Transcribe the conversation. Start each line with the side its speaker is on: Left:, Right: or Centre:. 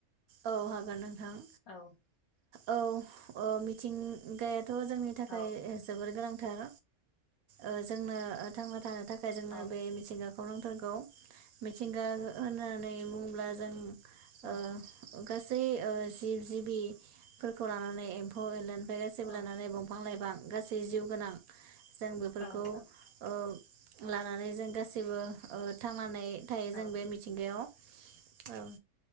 Right: औ हागोन नोंथां।
Left: औ
Right: औ ओ मिथिंगाया थ जोंनि थाखाय
Left: औ
Right: ओ जोबोर गोनां ओ जोंनो थांना थानो थाख जोंनो
Left: औ
Right: बे मिथिंगाखौ नांथारगौ मिथिंगा होननानै बुङोब्ला जों ओ
Left: औ
Right: गासै ओ जिब जिबिफोरखौ लानानै एम्फौ एनला
Left: औ
Right: लानानै दंफां लाइफां गासै जिउ गोनां जों बेफोरखौ
Left: औ नोंथां
Right: अ लानानै जों गासैबो ओ थांनानै थायो जों
Left: औ
Right: बे मिथिंगायाव औ